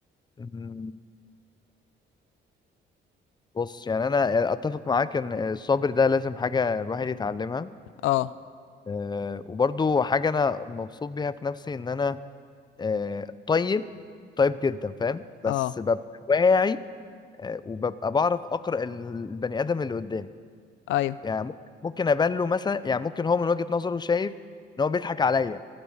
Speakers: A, on the left; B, on the left.
A: مم، بص يعني انا اتفق معاك ان الصبر ده لازم حاجة الواحد يتعلمها
B: اه
A: أه، وبرضو حاجة انا مبسوط بيها في نفسي ان انا آه، طيب طيب جدا فاهم بس
B: اه
A: ببقى واعي آه، وببقى بعرف اقرا ال- البني ادم اللي قدامي
B: ايوه
A: يعني ممكن ممكن ابان له مثلا يعني ممكن هو من وجهة نظره شايف ان هو بيضحك عليا